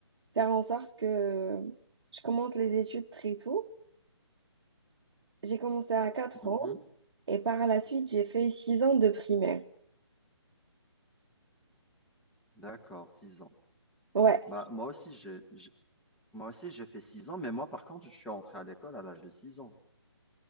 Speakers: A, on the right; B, in the centre.
A: faire en sorte que euh, je commence les études très tôt. J'ai commencé à quatre
B: Mhm.
A: ans et par la suite, j'ai fait 6 ans de primaire.
B: D'accord, six ans.
A: Ouais.
B: Bah,
A: si.
B: moi aussi, j'ai, j'ai- moi aussi, j'ai fait six ans, mais moi, par contre, je suis entré à l'école à l'âge de six ans.